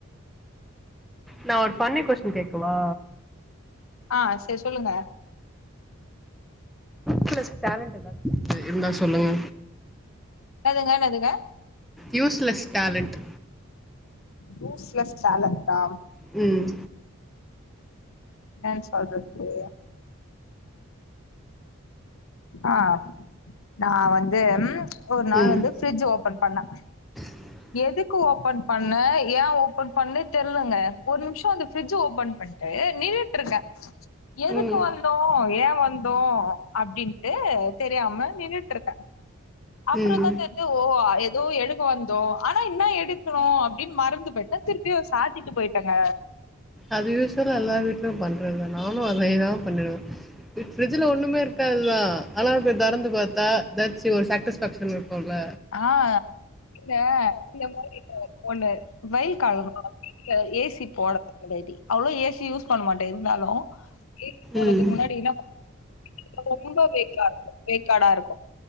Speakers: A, in the centre; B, on the left.
A: நான் ஒரு ஃபண்ணி கொஸ்டின் கேக்கவா
B: ஆ சரி சொல்லுங்க
A: ஷீகில ஸ்பேலண்ட் எதாவது இருந்தா சொல்லுங்க
B: அழுதான் அழுதா
A: யூஸ்லெஸ் டேலண்ட்
B: யூஸ்லெஸ் டேலண்டா
A: ம்
B: என்னான்னு சொல்றது ஆ நா வந்து ம் ஒரு நாள்
A: ம்
B: வந்து ஃபிரிட்ஜ் ஓபன் பண்ணே
A: <inaudible>
B: எதுக்கு ஓபன் பண்ணே ஏ ஓபன் பண்ணேன் தெரிலங்க ஒர் நிமிஷம் அந்த ஃபிரிட்ஜ் ஓபன் பண் ணிட்டு நின்னுட்டு இருக்கே எதுக்கு
A: ம்
B: வந்தோ ஏன் வந்தோ அப்டின்டு ன்டு தெரியாம நின்னுட்டு இருக்கேன் அப்றோ
A: ம்
B: தா ஓ ஏதோ எடுக்க வந்தோ ஆனா இன்னா எடுக்கணு அப்டின்னு மறந்துபோய்ட்டே திருப்பியு சா த்திட்டு போயிட்டங்க
A: அது யூசுவலா எல்லா வீட்லயு பண்றது தா நானு அதேதா பண்ணுவே ஃபிரிட்ஜில ஒன்னுமே இருக்காதுதா ஆனா போய் திறந்து பாத்தா எதாச்சு ஒரு சேட்டிஸ்ஃபேக்க்ஷன் இருக்குல்ல
B: ஆ இல்ல இந்த மாரி ஒண்ணு வெயில் காலம் <unintelligible> ஏசி போட்றதுக்கு ரெடி அவ்ளவு ஏசி யூஸ் பண்ண மாட்டே இருந்தாலு ஏசி போடுறதுக்கு
A: ம்
B: முன்னாடி என்ன பண் <unintelligible> ரொம்ப வேக்கா இருக்கும் வேக்காடா இருக்கும்.